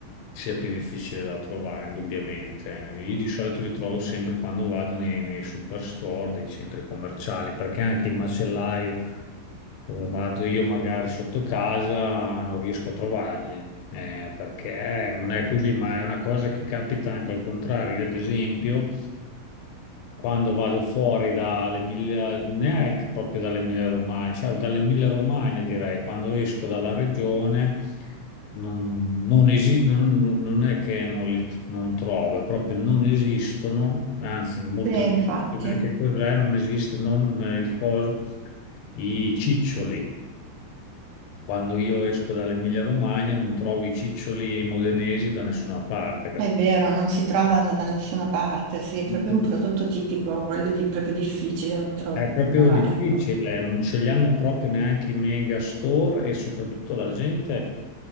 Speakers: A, on the left; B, on the right.
A: sia più difficile da trovare, indubbiamente. Io di solito li trovo sempre quando vado nei, nei superstore, dei centri commerciali, perché anche il macellaio dove vado io magari sotto casa non riesco a trovarli, eh, perché non è così, ma è una cosa che capita anche al contrario. Io, ad esempio, quando vado fuori dall'Emilia, neanche proprio dall'Emilia Romagna, cioè dall'Emilia Romagna direi, quando esco dalla regione non, non esi- non- non è che non li non trovo, è proprio non esistono, anzi molto
B: Sì, infatti,
A: neanche cos'è, non esiste, non eh, il coso, i ciccioli. Quando io esco dall'Emilia Romagna non trovo i ciccioli modenesi da nessuna parte,
B: è vero, non si trovano da nessuna parte, sì, è proprio
A: capito?
B: un prodotto tipico, quello di, proprio difficile da
A: È proprio
B: trovare.
A: difficile, non ce li hanno proprio neanche i mega store e soprattutto la gente,